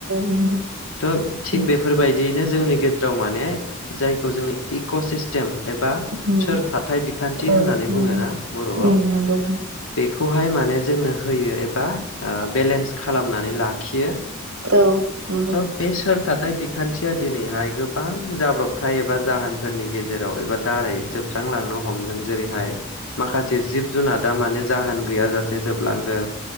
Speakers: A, on the right; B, on the left.
A: नंगौ
B: थ थिग
A: उम
B: बे बायदियैनो जोंनि गेजेराव माने जायखौ जोङो इक' सिस्टेम एबा
A: उम
B: सोर थााथथाय बिखान्थि
A: औ
B: होननानै
A: नंगौ
B: बुङो ना बर'आव
A: उम नंगौ
B: बेखौहाय माने जोंनो होयो एबा बेलेन्स खालामनानै लाखियो
A: नंगौ औ नंगौ
B: थ बेसुर थाथाय खान्थिया दिनैहाय गोबां जाब्रबथाय एबा जाहोनफोरनि गेजेराव एबा दारै जोबस्रांलांनो हमदों जेरैहाय माखासे जिब जुनादा माने जाहोन गैयाजासे जोबलांदों